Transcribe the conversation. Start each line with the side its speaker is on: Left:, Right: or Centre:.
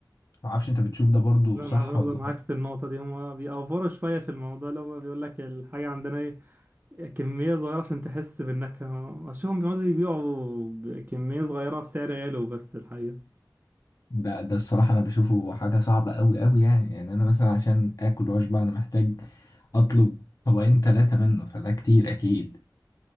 Left: ما اعرفش انت بتشوف ده برضو
Right: لا
Left: صح
Right: أنا برضه
Left: ولا غلط.
Right: معاك في النقطة دي هما بيأفوروا شوية في الموضوع اللي هو بيقول لك الحاجة عندنا إيه كمية صغيرة عشان تحس بالنكهة أشوفهم بيقعدوا يبيعوا بكمية صغيرة بسعر غالي بس الحقيقة
Left: ده ده الصراحة انا بشوفه حاجة صعبة قوي قوي يعني يعني انا مثلا عشان اكل واشبع انا محتاج اطلب طبقين ثلاثة منه فده كتير اكيد